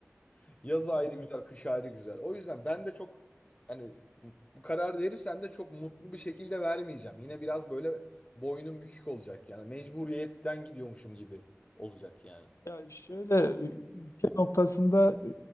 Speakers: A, on the left; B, on the left.
A: <laughs> yaz ayrı
B: Evet.
A: güzel, kış ayrı güzel. O yüzden ben de çok hani bu karar verirsem de çok mutlu bir şekilde vermeyeceğim. Yine biraz böyle boynum bükük olacak yani mecburiyetten gidiyormuşum gibi olacak yani.
B: Ya şöyle
A: Doğru.
B: ü- ülke noktasında e,